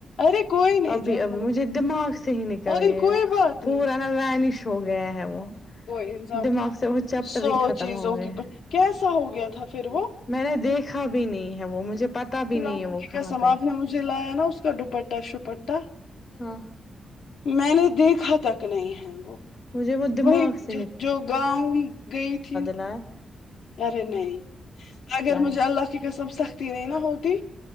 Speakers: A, on the left (about 80°); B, on the left (about 35°).
A: ارے کوئی نہیں
B: ابھی
A: جب
B: ابھی
A: ہوں
B: مجھے دماغ سے ہی نکل
A: ارے
B: گئے
A: کوئی بات
B: پورا
A: نہیں
B: ن لانش ہو گیا ہے وہ
A: کوئی انسان
B: دماغ
A: کو
B: سے وہ چیپٹر
A: سو
B: ہی ختم
A: چیزوں
B: ہو گئے
A: کی
B: ہیں
A: کیسا ہو گیا تھا پھر وہ
B: میں نے دیکھا بھی نہیں ہے وہ مجھے پتا بھی
A: ک
B: نہیں ہے
A: منکی
B: وہ کہاں
A: کا سماپنا
B: پہ
A: مجھے لایا نا اس کا دپٹا سپٹٹا
B: ہاں
A: میں نے دیکھا تک نہیں ہے وہ
B: مجھے وہ دماغ
A: وہی
B: سے
A: جو گاؤں گئی تھی
B: نہ
A: ارے نہیں اگر مجھے
B: ہے
A: اللہ کی قسم سختی نہیں ن ہوتی